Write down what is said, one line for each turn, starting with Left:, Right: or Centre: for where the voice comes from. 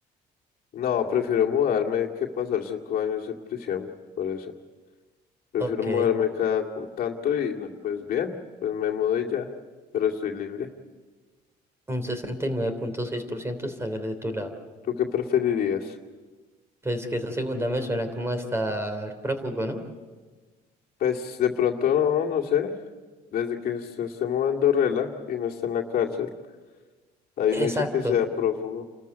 Left: No, prefiero mudarme que pasar cinco años en prisión. Por eso. Prefiero
Right: Ok.
Left: mudarme cada cu- tanto y no, pues bien, pues me mudé ya. Pero estoy libre.
Right: Un sesenta y nueve punto seis por ciento está de tu lado.
Left: ¿Tú qué preferirías?
Right: Pues que esa segunda me suena como a estar prófugo, ¿no?
Left: Pues de pronto no, no sé. Desde que se esté mudando Rela y no está en la cárcel. Ahí
Right: Exacto,
Left: no dice que sea prófugo.